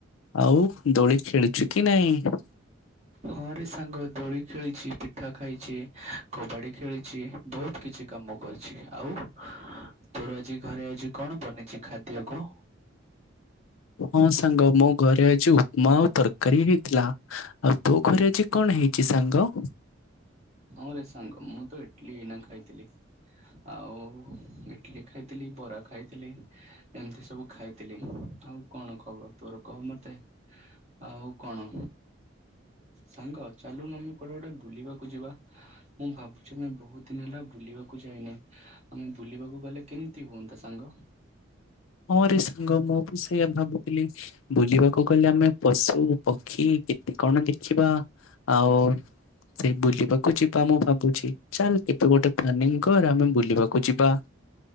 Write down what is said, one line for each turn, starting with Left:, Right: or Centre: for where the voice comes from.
Left: ଆଉ ଦୋଳି ଖେଳୁଛୁ କି ନାଇଁ
Right: ହଁରେ ସାଙ୍ଗ ଦୋଳି ଖେଳିଛି ପିଠା ଖାଇଛି କବାଡ଼ି ଖେଳିଛି ବହୁତ କିଛି କାମ କରିଛି ଆଉ ତୋର ଆଜି ଘରେ ଆଜି କଣ ବନିଛି ଖାଦ୍ୟକୁ
Left: ହଁ ସାଙ୍ଗ ମୋ ଘରେ ଆଜି ଉପମା ଆଉ ତରକାରୀ ହେଇଥିଲା ଆଉ ତୋ ଘରେ ଆଜି କଣ ହେଇଛି ସାଙ୍ଗ?
Right: ହ ରେ ସାଙ୍ଗ ମୁଁ ତ ଇଟିଲି ଏଇନା ଖାଇଥିଲି ଆଉ ଇଟିଲି ଖାଇଥିଲି ବରା ଖାଇଥିଲି ଏମିତି ସବୁ ଖାଇଥିଲି ଆଉ କଣ ଖବର ତୋର କହ ମତେ ଆଉ କଣ ସାଙ୍ଗ ଚାଲୁନ ଆମେ କୁଆଡେ ଗୋଟେ ବୁଲିବାକୁ ଯିବା ମୁଁ ଭାବୁଛି ମୁ ବହୁତ ଦିନ ହେଲା ବୁଲିବାକୁ ଯାଇନି ଆମେ ବୁଲିବାକୁ ଗଲେ କେମିତି ହୁଅନ୍ତା ସାଙ୍ଗ
Left: ମୋରି ସାଙ୍ଗ ମୁଁ ବି ସେଇୟଆ ଭାବୁଥିଲି ବୁଲିବାକୁ ଗଲେ ଆମେ ପଶୁ ପକ୍ଷୀ କେତେ କଣ ଦେଖିବା ଆଉ ସେ ବୁଲିବାକୁ ଯିବା ମୁଁ ଭାବୁଛି ଚାଲ କେତ ଗୋଟେ ପ୍ଲାନିଂ କର ଆମେ ବୁଲିବାକୁ ଯିବା।